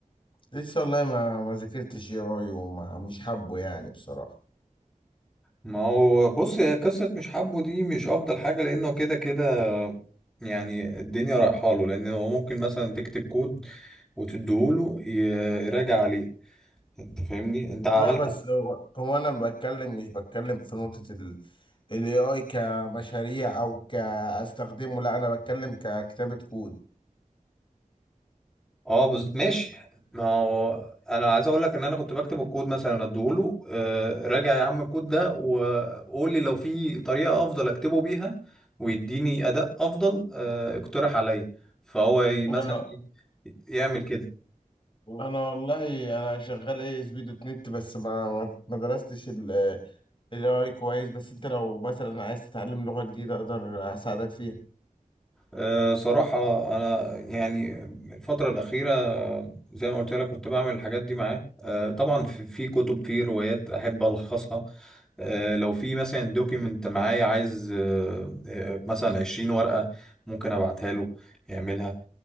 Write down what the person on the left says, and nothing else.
لسه والله ما ما ذاكرتش اي اي وما مش حابه يعني بصراحة
لا بس هو هو انا بتكلم مش بتكلم في نقطة ال الاي اي كمشاريع او كاستخدمه لا انا بتكلم ككتابة كود
لا
انا والله انا شغال اي اس بي دوت نت بس ما ما ما درستش ال الاي اي كويس بس انت لو مثلا عايز تتعلم لغة جديدة اقدر اساعدك فيها